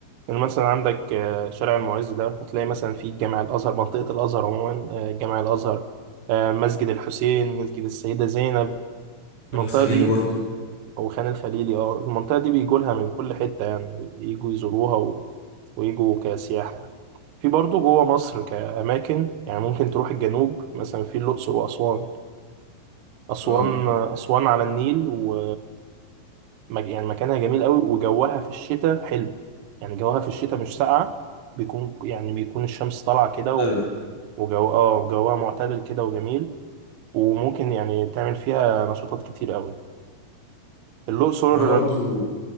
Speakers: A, on the right; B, on the left.
A: يعني مثلا عندك آه، شارع المعز ده هتلاقي مثلا فيه جامع الأزهر منطقة الأزهر عموما آه، جامع الأزهر آه، مسجد الحسين مسجد السيدة زينب
B: البر
A: المنطقة
B: الخليلي
A: دي
B: برضو
A: او خان الخليلي اه المنطقه دي بيجولها من كل حته يعني يجوا يزوروها و... ويجوا كسياحه يعني في برضه جوه مصر كأماكن يعني ممكن تروح الجنوب مثلا في الأقصر وأسوان أسوان
B: اه
A: أسوان على النيل و مك- يعني مكانها جميل قوي وجوها في الشتاء حلو يعني جوها في الشتاء مش ساقعة بيكون يعني بيكون الشمس طالعة كده
B: معتدل
A: و... وجو اه جوها معتدل كده وجميل وممكن يعني تعمل فيها نشاطات كتير قوي الأقصر
B: انا برضو